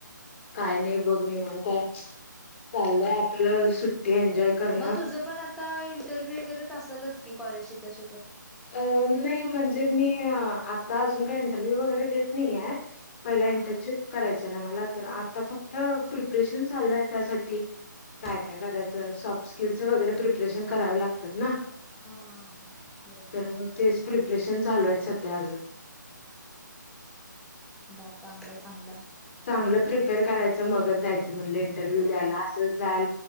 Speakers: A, on the left; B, in the centre.
A: काय नाही बघ निवांत हाय चाललंय आपलं सुट्टी एन्जॉय करणं.
B: मग तुझं पण आता, इंटरव्ह्यू वगैरेच असेलच की कॉलेज शिकत शिकत.
A: अ, नाही म्हणजे मी आता अजून काही इंटरव्ह्यू वगैरे देत नाही आहे. पहिला
B: हा
A: इंटर्नशिप करायच ना मला तर आता फक्त प्रिपरेशन चालू आहे त्यासाठी, काय
B: हा
A: काय करायचं, सॉफ्ट स्किलच वगैरे प्रिपरेशन करावे लागतात ना.
B: हा बरोबर.
A: तर मग तेच प्रिपरेशन चालू आहे सध्या अजून.
B: हा चांगलं चांगलंय.
A: चांगलं प्रिपेअर करायचं मगच जायचं म्हणलं इंटरव्ह्यू
B: होय
A: द्यायला असं जाल